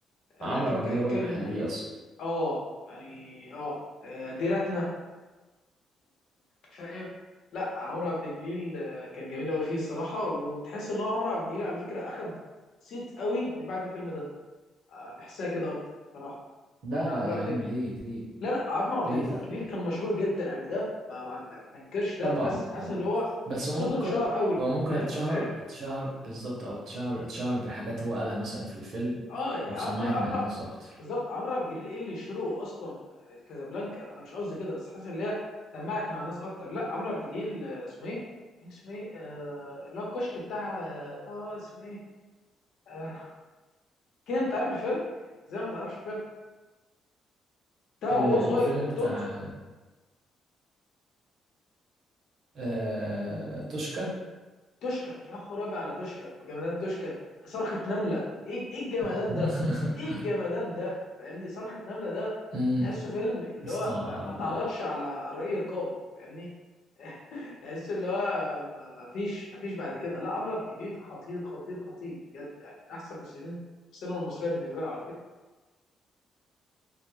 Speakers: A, on the left; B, on the right.
A: آه،
B: عمرو
A: لا كان
B: عبد الجليل هو اللي
A: كان
B: محليه اصلا
A: اه يعني اه آه، ديرتنا فاهم لا عمرو عبد الجليل آه، كان جميل قوي فيه الصراحه وتحس ان هو عمرو عبد الجليل على فكره اخد صيت قوي من بعد الفيلم ده آه، بحسها كده اكتر صراحه
B: لا
A: يعني
B: لا
A: عمرو عبد
B: يا عم
A: الجليل
B: ليه ليه
A: لا لا عمرو عبد
B: ليه
A: الجليل
B: ده
A: كان مشهور جدا قبل ده ما ما ما انكرش ده
B: طبعا
A: بس حاسس
B: يعني
A: ان هو
B: بس
A: صوته
B: هو ممكن
A: اتشهر قوي
B: هو ممكن
A: فاهم
B: اتشهر
A: اتعرف
B: اتشهر بالظبط او اتشهر اتشهر بحاجات هو قالها مثلا في الفيلم
A: اه
B: او سمعت
A: عمرو عمرو
B: مع الناس اكتر
A: بالظبط عمرو عبد الجليل ايه اللي شروه اصلا آه، كازابلانكا انا مش قصدي كده بس حاسس ان هي سمعت مع الناس اكتر لا عمرو عبد الجليل آه، اسمه ايه كان اسمه ايه آه، اللي هو الكشك بتاع اه آه، اسمه ايه آه، كده انت عارف الفيلم يعني ازاي ما تعرفش فيلم بتاعه
B: ال-
A: هو صغير
B: الفيلم
A: بطولته
B: بتاع آه توشكا
A: توشكا يا خرابي على توشكا وجمدان توشكا صرخة نملة ايه ايه الجمدان
B: <laughs>
A: ده ايه الجمدان ده فاهمني صرخة نملة ده
B: <laughs> يا
A: تحسه فيلم اللي
B: اسطى
A: هو ما ما تعرضش
B: لا
A: على رأي رقابة فاهمني <laughs> تحس اللي هو ما ما فيش ما فيش بعد كده لا اشرف جبير خطير خطير خطير بجد يعني من احسن ممثلين السينما المصريه بالنسبه لي على فكره